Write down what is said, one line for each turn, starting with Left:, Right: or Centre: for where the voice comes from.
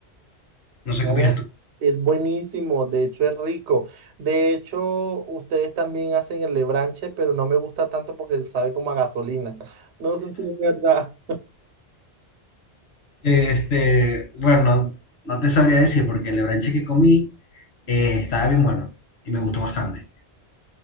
Left: No sé
Right: No,
Left: qué opinas tú.
Right: es buenísimo, de hecho es rico. De hecho, ustedes también hacen el lebranche, pero no me gusta tanto porque sabe como a gasolina. <laughs> No sé si es verdad.
Left: Este, bueno, no te sabría decir porque el lebranche que comí eh, estaba bien bueno y me gustó bastante.